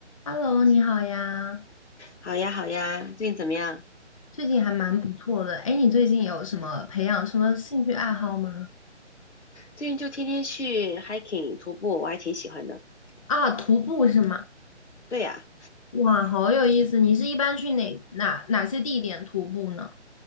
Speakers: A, on the left (about 30°); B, on the left (about 65°).
A: Hello，你好呀，
B: 好呀，好呀，最近怎么样？
A: 最近还蛮不错的。哎，你最近有什么培养什么兴趣爱好吗？
B: 最近就天天去 hiking 徒步，我还挺喜欢的。
A: 啊，徒步是吗？
B: 对呀，
A: 哇，好有意思！你是一般去哪哪哪些地点徒步呢？